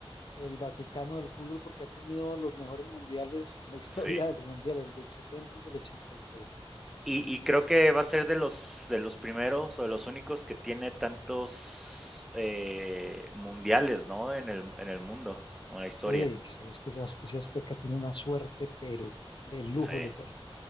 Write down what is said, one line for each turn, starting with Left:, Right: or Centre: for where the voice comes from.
Left: que el Vaticano del fútbol porque ha tenido los mejores mundiales en la historia
Centre: sí.
Left: de los mundiales, el del 70 y el del ochenta y seis.
Centre: Y y creo que va a ser de los de los primeros o de los únicos que tiene tantos, eh, mundiales, ¿no? En el en el mundo, o en la historia.
Left: Sí, sí, es que ese, az- ese Azteca tiene una suerte, pero de lujo,
Centre: Sí.
Left: le cuento.